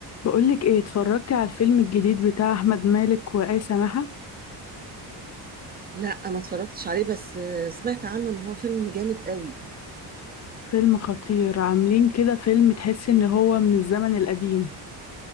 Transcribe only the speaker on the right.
لا ما اتفرجتش عليه بس آه، سمعت عنه ان هو فيلم جامد قوي